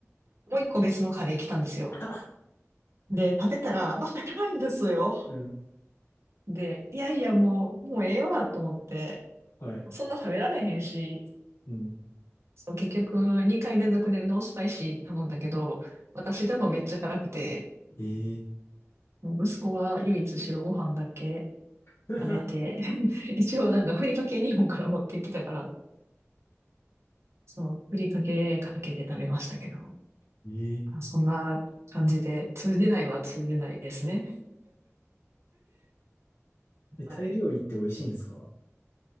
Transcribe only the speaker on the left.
<laughs>
うん。
はい。
うん。
ええ
<laughs>
ええ
え、
タイ料理って美味しいんですか